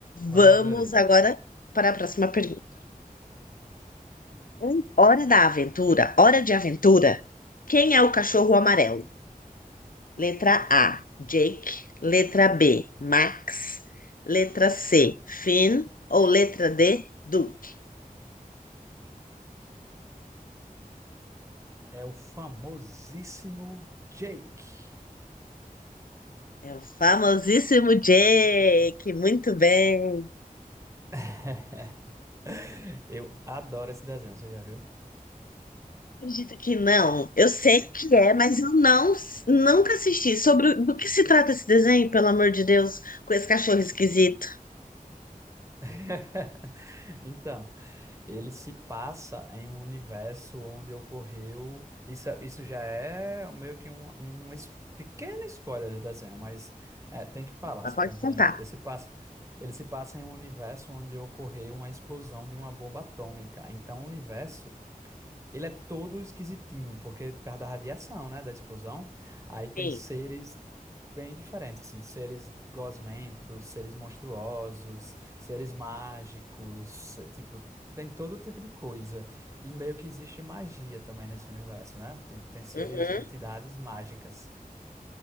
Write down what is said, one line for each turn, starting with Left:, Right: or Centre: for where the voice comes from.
Right: Mas
Left: Vamos
Right: eu adorei.
Left: agora para a próxima pergunta. Em Hora da aventura, hora de aventura. Quem é o cachorro amarelo? Letra A, Jake. Letra B, Max. Letra C, Finn. Ou letra D, Duke?
Right: É o famosíssimo Jake.
Left: É o famosíssimo Jake, muito bem.
Right: <laughs> Eu adoro esse desenho, você já viu?
Left: Acredito que não. Eu sei que é, mas eu não, nunca assisti. Sobre o- do que se trata esse desenho, pelo amor de Deus, com esse cachorro esquisito?
Right: <laughs> Então. Ele se passa em um universo onde ocorreu. Isso, isso já é um- meio que um, um es- pequeno spoiler do desenho, mas é, tem que falar
Left: Mas
Right: se
Left: pode
Right: para entender
Left: contar.
Right: melhor. Ele se passa, ele se passa em um universo onde ocorreu uma explosão de uma bomba atômica. Então, o universo ele é todo esquisitinho, porque por causa da radiação, né, da explosão, aí tem
Left: Sim.
Right: seres bem diferentes, assim, seres gosmentos, seres monstruosos, seres mágicos, é, tipo, tem todo tipo de coisa. E meio que existe magia também nesse universo, né? Tem, tem seres,
Left: Uhum,
Right: entidades mágicas.